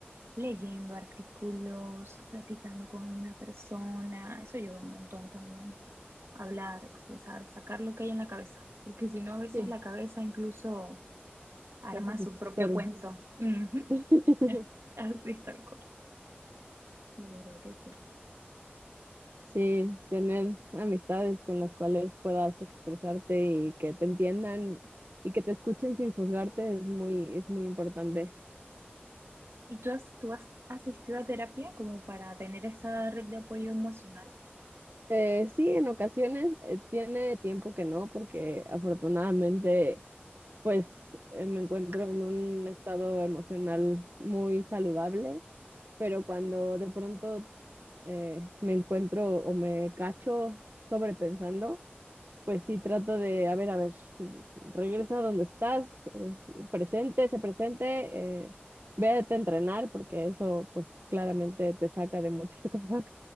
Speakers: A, on the right (about 90°); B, on the right (about 65°).
A: leyendo artículos, platicando con una persona, eso ayuda un montón también. Hablar, expresar, sacar lo que hay en la cabeza, porque si no, a veces
B: sí,
A: la cabeza incluso Arma
B: te haces
A: su
B: sus
A: propio
B: historias.
A: cuento. Ujú.
B: <laughs>
A: <laughs> Así tal cual. De verdad que sí.
B: Sí, tener amistades con las cuales puedas expresarte y que te entiendan y que te escuchen sin juzgarte es muy, es muy importante.
A: ¿Y tú has, tú has asistido a terapia como para tener esa red de apoyo emocional?
B: Eh, sí, en ocasiones eh, tiene tiempo que no, porque afortunadamente pues eh, me encuentro en un estado emocional muy saludable, pero cuando de pronto eh, me encuentro o me cacho sobrepensando, pues sí trato de, a ver, a ver, regresa a donde estás, es- presente, sé presente, eh, vete a entrenar, porque eso pues claramente te saca de muchas <laughs> cosas